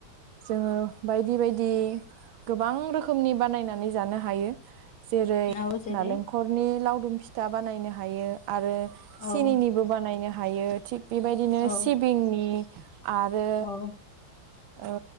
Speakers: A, on the right; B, on the left.
A: जोङो बायदि बायदि गोबां रोखोमनि बानायनानै जानो हायो। जे
B: औ जेरै
A: नालेंखरनि लावदुम फिथा बानायनो हायो। आरो
B: औ
A: सिनिनिबो बानायनो हायो थिग बेबायदिनो
B: औ
A: सिबिंनि आरो
B: औ
A: औ